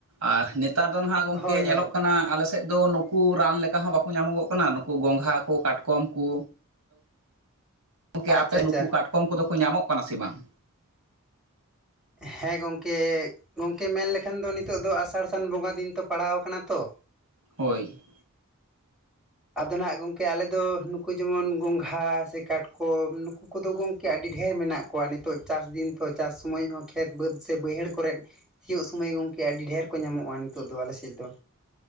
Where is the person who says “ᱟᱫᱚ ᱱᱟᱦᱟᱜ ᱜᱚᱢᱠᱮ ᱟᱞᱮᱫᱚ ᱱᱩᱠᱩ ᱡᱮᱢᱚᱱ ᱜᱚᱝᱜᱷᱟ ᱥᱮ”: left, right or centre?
Centre